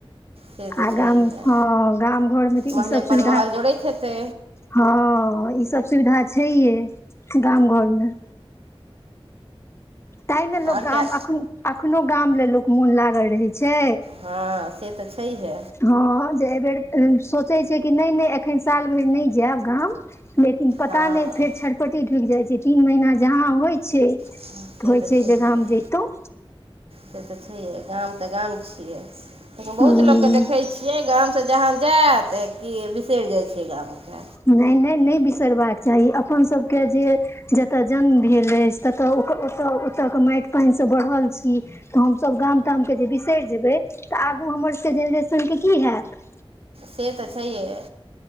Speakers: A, on the right; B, on the left.
A: से तऽ
B: आ
A: छैहे
B: गाम हँ गाम घरमे तऽ
A: महले
B: इसभ
A: पर
B: सुविधा
A: महल जोड़ैत हेतै
B: हँ ईसभ सुविधा छैहे गाम घरमे ताहि ने लोक
A: आओर
B: गाम
A: कए
B: एखन एखनो गाम ले लोक मोन लागल रहै छै
A: हँ से तऽ छैहे
B: हँ जे एहिबेर सोचैत छै कि नहि नहि एखन साल भरि नहि जायब गाम लेकिन पता
A: हँ
B: नहि फेर छटपटी ढुकि जाइ छै तीन महीना जहाँ होइ छै
A: से
B: होइ
A: तऽ
B: छै
A: छैे
B: जे गाम
A: हे
B: जैतौं
A: से तऽ छै हे गाम तऽ गाम छिये तखन बहुत
B: हूँ
A: लोक के देखे छियै गाम जहाँ जायब क बिसरि जाइ छिये गाम के
B: नहि नहि नहि बिसरबाक चाही अपन सबके जे जतऽ जन्म भेल अछि ततऽ ओऽ ओतऽ ओतऽ के माटि पानिसँ बढ़ल छी तऽ हमसभ गाम तामके जे बिसरि जेबै तऽ आगू हमर सबके जेनरेशन के की होत
A: से तऽ छैहे है